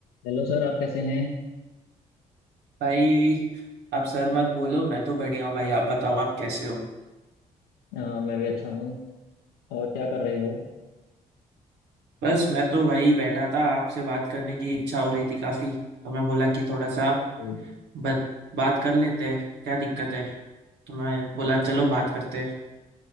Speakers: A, on the left; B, on the right.
A: Hello sir आप कैसे हैं
B: भाई आप सर मत बोलो मैं तो बढ़िया हूँ भाई आप बताओ आप कैसे हो
A: अ, मैं भी अच्छा हूँ और क्या कर रहे हो
B: बस मैं तो भाई बैठा था आपसे बात करने की इच्छा हो रही थी काफी तो मैं बोला कि थोड़ा सा
A: ओके,
B: बत, बात कर लेते हैं क्या दिक्कत है तो मैं बोला
A: अच्छा
B: चलो बात करते हैं